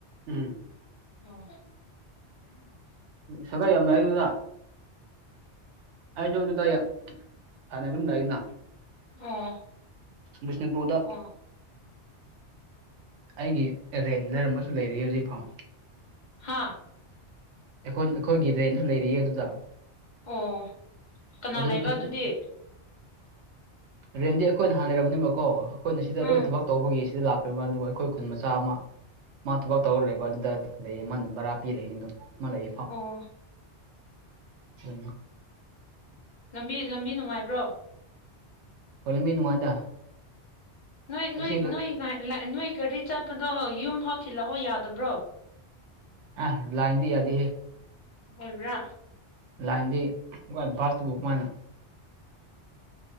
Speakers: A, on the right; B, on the left.
A: ꯎꯝ
B: ꯑꯣ
A: ꯁꯒꯥꯏ <unintelligible> ꯌꯥꯝ ꯂꯩꯔꯗꯨꯗ ꯑꯩꯁꯨ ꯑꯗꯨꯗꯩ ꯍꯥꯟꯅ ꯑꯗꯨꯝ ꯂꯩꯅ
B: ꯑꯣ
A: ꯕꯤꯁꯅꯨꯄꯨꯔꯗ
B: ꯑꯣ <unintelligible>
A: ꯑꯩꯒꯤ ꯑꯦꯔꯦꯟ <unintelligible> ꯂꯩꯔꯝꯝꯕꯁꯨ ꯂꯩꯔꯤ ꯍꯧꯖꯤꯛ ꯐꯥꯎ
B: ꯍꯥꯥ
A: ꯑꯩꯈꯣꯏ ꯑꯩꯈꯣꯏꯒꯤ ꯔꯦꯟꯗ ꯂꯩꯔꯤꯌꯦ ꯑꯗꯨꯗ
B: ꯑꯣ ꯀꯅꯥ
A: ꯑꯗꯨꯝꯑꯗꯨꯗꯤ
B: ꯂꯩꯕ ꯑꯗꯨꯗꯤ
A: ꯔꯦꯟꯗꯤ ꯑꯩꯈꯣꯏꯅ ꯍꯥꯟꯅ ꯂꯩꯔꯕꯅꯦꯕꯀꯣ ꯑꯩꯈꯣꯏꯅ ꯁꯤꯗ
B: ꯎꯝ
A: ꯂꯣꯏꯅ ꯊꯕꯛ ꯇꯧꯕꯒꯤ ꯁꯤꯗ ꯂꯥꯛꯈ꯭ꯔꯦꯕ ꯑꯗꯨ ꯑꯩꯈꯣꯏ ꯈꯨꯟ ꯃꯆꯥ ꯑꯃ ꯃꯥ ꯊꯕꯛ ꯇꯧꯔ ꯂꯩꯕ ꯑꯗꯨꯗ ꯂꯩꯌꯦ ꯃꯥꯅ ꯕꯔꯥ ꯄꯤ ꯂꯩꯅꯤ <unintelligible> ꯑꯗꯨꯝ ꯃꯥꯂꯩꯔꯤꯐꯥꯎ
B: ꯑꯣ
A: ꯎ <unintelligible>
B: ꯂꯝꯕꯤ ꯂꯝꯕꯤ ꯅꯨꯡꯉꯥꯏꯕ꯭ꯔꯣ
A: ꯍꫭꯏ ꯂꯝꯕꯤ ꯅꯨꯡꯉꯥꯏꯗ
B: ꯅꯣꯏ ꯅꯣꯏ
A: ꯑꯁꯤ
B: ꯅꯣꯏ ꯅꯣꯏ ꯘꯔꯤ ꯆꯠꯄꯗꯣ ꯌꯨꯝꯐꯥꯎ ꯊꯤꯜꯂꯛꯑꯣ ꯌꯥꯗꯕ꯭ꯔꯣ
A: ꯑꯥ ꯂꯥꯏꯟꯗꯤ ꯌꯥꯗꯦ ꯍꯦ
B: ꯑꯣꯏꯕ꯭ꯔꯥ
A: ꯂꯥꯏꯟꯗꯤ ꯀ ꯕꯥꯁꯇꯨꯕꯨ ꯀꯃꯥꯏꯅ